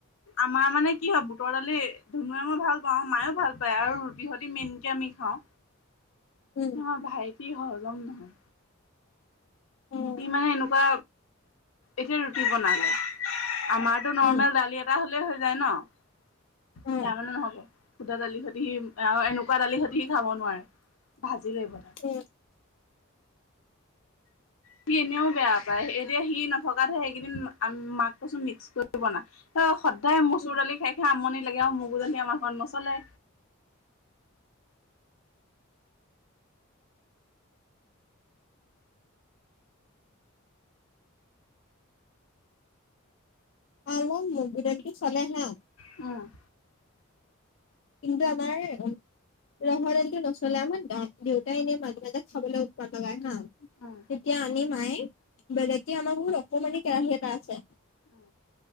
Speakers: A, on the left (about 80°); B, on the left (about 60°).
A: আমাৰ মানে কি হয় বুটৰ দালি ধুনুুৱে মই ভাল পাওঁ মায়ো ভাল পায় আৰু ৰুটি সতি মেইনকে আমি খাওঁ।
B: উম,
A: অ, ভাইটি হয় হজম নহয়।
B: উম
A: সি মানে এনেকুৱা এতিয়া ৰুটি বনালে আমাৰতো নৰ্মেল
B: উম
A: দালি এটা হ'লে হৈ যায় ন'
B: উম,
A: তাৰ মানে নহ'ব। সুদা দালি সৈতে সি আৰু এনেকুৱা দালিৰ সৈতে সি খাব নোৱাৰে ভাজি লাগিব তাক।
B: <unintelligible>
A: সি এনেও বেয়া পায় এতিয়া সি নথকাতহে সেইকেইদিন মাক কৈছো মিক্স কৰি বনা। অ, সদায় মচুৰ
B: উম।
A: দালি খাই -খাই আমনি লাগে আও মগু দালি আমাৰ ঘৰত নচলে।
B: <unintelligible> মগু দালিটো চলে হা।
A: উম,
B: কিন্ত আমাৰ উম, ৰহৰ দালিটো নচলে আমাৰ অ, দেউতাই এনেই মাজে- মাজে খাবলে উৎপাত লগাই হা।
A: উম
B: তেতিয়া আনি মায়ে বেলেগে আমাৰ বহুত অকমানি কেৰাহী এটা আছে।
A: উম।